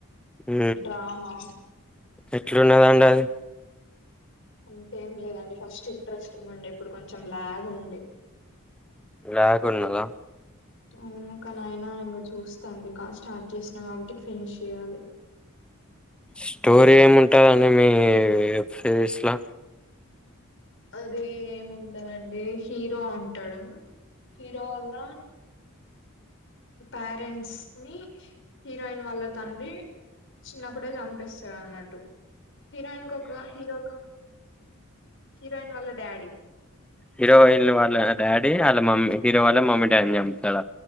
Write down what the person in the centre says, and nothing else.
ఉ
ఎట్లున్నదండి అది
లాగ్ ఉన్నదా
స్టోరీ ఏముంటదండి మీ వెబ్ సిరీస్ లో
హీరోయిన్ వాళ్ళ డాడీ వాళ్ళ మమ్మీ హీరో వాళ్ళ మమ్మీ డాడీని చంపుతాడ